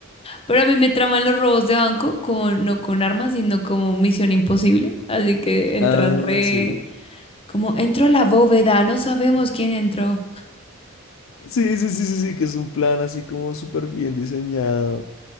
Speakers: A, on the left; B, on the left.
A: Pero a mí me traman los robos de banco, como, no con armas, sino como misión imposible. Así que entran
B: Ah,
A: re...
B: sí.
A: Como entró a la bóveda, no sabemos quién entró.
B: Sí, sí, sí, sí, sí, que es un plan así como súper bien diseñado.